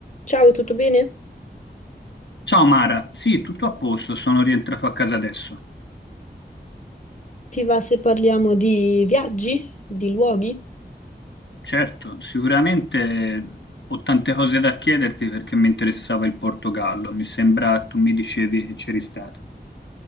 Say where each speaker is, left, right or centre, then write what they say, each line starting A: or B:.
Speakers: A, on the left; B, on the left.
A: Ciao, tutto bene?
B: Ciao Mara, sì, tutto a posto, sono rientrato a casa adesso.
A: Ti va se parliamo di viaggi, di luoghi?
B: Certo, sicuramente ho tante cose da chiederti perché mi interessava il Portogallo, mi sembra tu mi dicevi che c'eri stata.